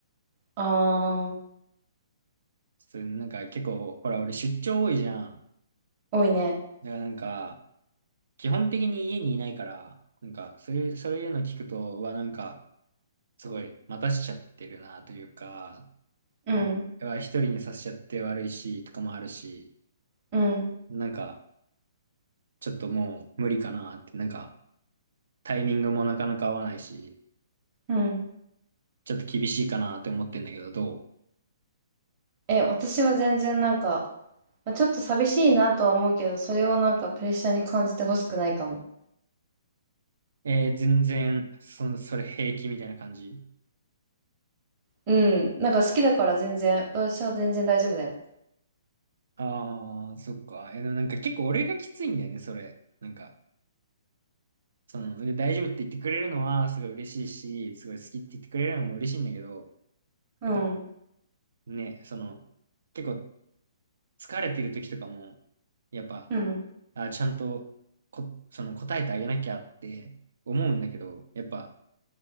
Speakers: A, on the right (about 35°); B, on the right (about 70°).
A: あー、
B: ちょっとなんか結構、ほら、俺出張多いじゃん。
A: 多いね。
B: だからなんか、基本的に家にいないから、なんか、そういう、そういうの聞くと、はなんか、すごい、待たしちゃってるなというか、
A: うん。
B: なんか、うわ一人にさせちゃって悪いし、とかもあるし、
A: うん。
B: なんか、ちょっともう無理かなって、なんか、タイミングもなかなか合わないし、
A: うん。
B: ちょっと厳しいかなって思ってんだけど、どう
A: え、私は全然なんか、まあ、ちょっと寂しいなとは思うけど、それをなんかプレッシャーに感じてほしくないかも。
B: えー、全然、そ、それ平気みたいな感じ
A: うん。なんか好きだから全然、私は全然大丈夫だよ。
B: ああ、そっか。え、でもなんか結構俺がきついんだよね、それ。なんか、その、で大丈夫って言ってくれるのはすごい嬉しいし、すごい好きって言ってくれるのも嬉しいんだけど、
A: うん。
B: やっぱね、その、結構疲れてる時とかも、やっぱ、
A: うん、
B: あ、ちゃんとこ、その答えてあげなきゃって思うんだけど、やっぱ、